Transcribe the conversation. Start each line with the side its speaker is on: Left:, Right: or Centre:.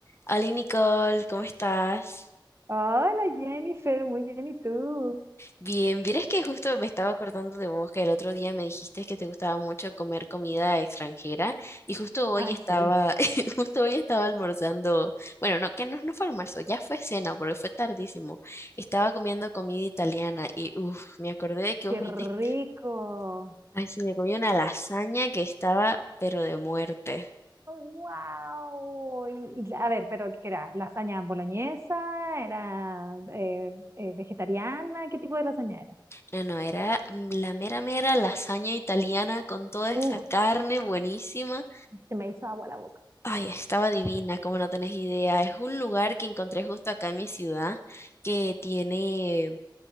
Left: Hola Nicole, ¿cómo estás?
Right: Hola Jennifer, muy bien, ¿y tú?
Left: Bien, vieras que justo me estaba acordando de vos que el otro día me dijiste que te gustaba mucho comer comida extranjera y justo hoy
Right: Ay,
Left: estaba,
Right: sí.
Left: <laughs> justo hoy estaba almorzando, bueno, no, que no, no fue almuerzo, ya fue cena porque fue tardísimo. Estaba comiendo comida italiana y uff, me acordé de que vos
Right: ¡Qué
Left: me
Right: rico!
Left: dijiste, ay, sí, me comí una lasaña que estaba pero de muerte.
Right: ¡Wow! Y, y, a ver, pero ¿qué era? ¿Lasaña boloñesa? ¿Era eh, eh, vegetariana? ¿Qué tipo de lasaña era?
Left: No, no, era la mera mera lasaña italiana con toda esa
Right: Uf,
Left: carne buenísima.
Right: se me hizo agua la boca.
Left: Ay, estaba divina, como no tenés idea. Es un lugar que encontré justo acá en mi ciudad que tiene